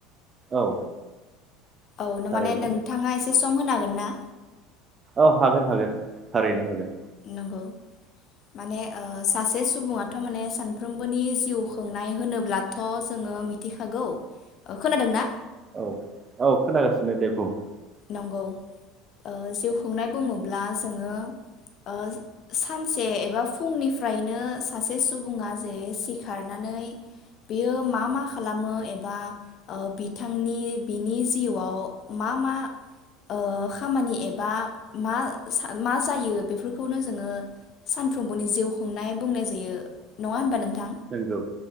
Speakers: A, on the right; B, on the left.
A: औ।
B: औ नो
A: थारैनो
B: माने नोंथाङा एस सम होनो हागोनना?
A: औ हागोन हागोन थारैनो हागोन।
B: नंगौ माने ओ सासे सुबुङाथ' माने सानफ्रोमबोनि जिउ खुंनाय होनोब्लाथ' मिथिखागौ ओ खोनादोंना?
A: औ औ खोनागासिनो दे बुं।
B: नंगौ ओ जिउ खुंनाय बुङोब्ला जोङो ओ सानसे एबा फुंनिफ्रायनो सासे सुबुङा जे सिखारनानै बियो मा मा खालामो एबा ओ बिथांनि बिनि जिउआव मा मा ओ खामानि एबा मा सा मा जायो बेफोरखौनो जोङो सानफ्रोमबोनि जिउ खुंनाय बुंनाय जायो नङा होनबा नोंथां?
A: नंगौ